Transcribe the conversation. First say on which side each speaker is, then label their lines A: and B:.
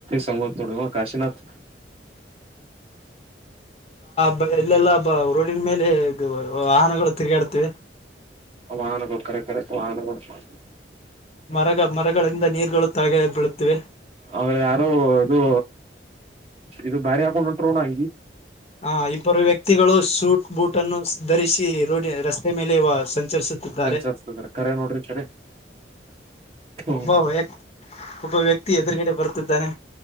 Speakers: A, on the right; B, on the left.
A: ಸಂಗುೋಡ ಕಾಶಿನಥ್
B: ಬ ಎಲ್ಲೆಲ್ಲಾ ರೋಡಿನ ಮೇಲೆ ವಾಹನಗಳು ತಿರುಗಾಡ್ತಿವೆ
A: ವಾಹನ ಕೊಡ್ ಕರೆ ಕರೆ ವಾಹನ ಕೊಡ್ ಮಾಡ
B: ಮರ ಮರಗಳಿಂದ ನೀರುಗಳು ತಳಗೆ ಬೀಳುತ್ತಿವೆ
A: ಅವ್ರ ಯಾರು ಇದು ಇದು ಭಾರಿ ಹಾಕೊಂಡ್ಂಟ್ರಣ ಹಿ
B: ಹ ಇಬ್ಬರು ವ್ಯಕ್ತಿಗಳು ಸೂಟ್ ಬೂಟ್ ಅನ್ನು ಧರಿಸಿ ರೋಡ್ ರಸ್ತೆ ಮೇಲೆ ಸಂಚರಿಸುತ್ತಿದ್ದಾರೆ
A: ಸಂಚರಿಸ್ತದ್ರ ಕರೆ ನೋಡ್ರಿ ಕರೆ ಹ್ಮ್
B: ಒಬ್ಬ ವ್ಯ ಒಬ್ಬ ವ್ಯಕ್ತಿ ಎದುರುಗಡೆ ಬರ್ತಿದ್ದಾನೆ